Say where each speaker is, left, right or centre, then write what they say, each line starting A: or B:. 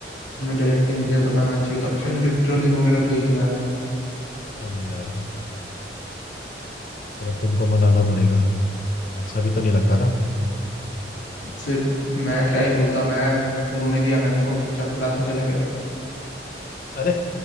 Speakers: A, on the left (about 90°); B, on the left (about 45°).
A: तुमने डायरेक्टली मुझे बताना चाहिए था भाई लिटरली रोने लग गई थी मैम
B: अरे यार फिर अब तुमको मनाना पड़ेगा अच्छा भी तो नहीं लगता ना
A: फिर मैं क्या ही बोलता मैं रोने दिया मैम को चुपचाप क्लास में चला गया
B: अरे